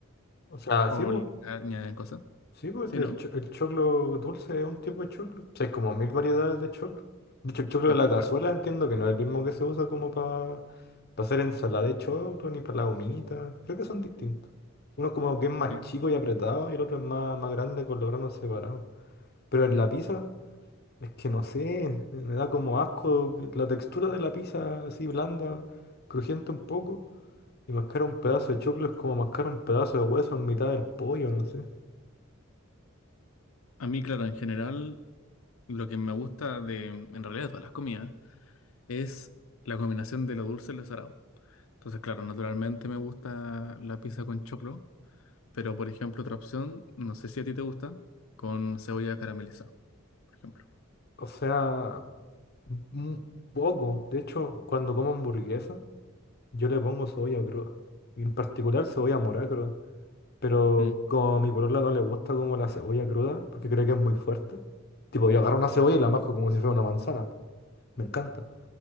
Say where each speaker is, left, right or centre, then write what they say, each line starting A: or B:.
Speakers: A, on the left; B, on the left.
A: O sea,
B: o
A: sí, pues.
B: le añaden cosas?
A: Sí, po,
B: Sí,
A: el,
B: ¿no?
A: cho- el choclo dulce es un tipo de choclo. O sea, hay como mil variedades de choclo. De hecho, el choclo
B: Sí,
A: de la cazuela
B: claro.
A: entiendo que no es el mismo que se usa como para hacer ensalada de choclo ni para la humita. Creo que son distintos. Uno como que es más
B: Sí.
A: chico y apretado y el otro es más, más grande con los granos separados. Pero en
B: Mm.
A: la pizza, es que no sé, me da como asco la textura de la pizza así blanda, crujiente un poco. Y mascar un pedazo de choclo es como mascar un pedazo de hueso en mitad del pollo, no sé.
B: A mí, claro, en general. Lo que me gusta de, en realidad, de todas las comidas, es la combinación de lo dulce y lo salado. Entonces, claro, naturalmente me gusta la pizza con choclo, pero por ejemplo, otra opción, no sé si a ti te gusta, con cebolla caramelizada, por ejemplo.
A: O sea, un poco. De hecho, cuando como hamburguesa, yo le pongo cebolla cruda. Y en particular cebolla morada cruda. Pero
B: Mm.
A: como a mi polola no le gusta como la cebolla cruda, porque cree que es muy fuerte. Tipo, yo agarro una cebolla y la masco como si fuera una manzana. Me encanta.